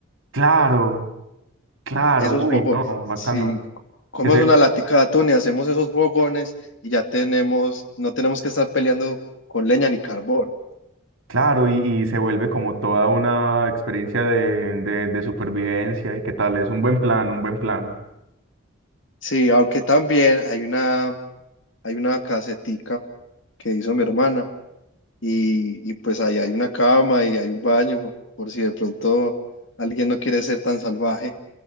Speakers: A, on the right; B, on the left.
A: claro. Claro,
B: esos
A: uy,
B: fogones,
A: no, bacano.
B: si comemos
A: Que se,
B: una latica de atún y hacemos esos fogones y ya tenemos, no tenemos que estar peleando con leña ni carbón.
A: claro, y, y se vuelve como toda una experiencia de, de, de supervivencia y qué tal, es un buen plan, un buen plan.
B: Sí, aunque también hay una, hay una casetica que hizo mi hermana y, y pues ahí hay una cama y hay un baño por si de pronto alguien no quiere ser tan salvaje,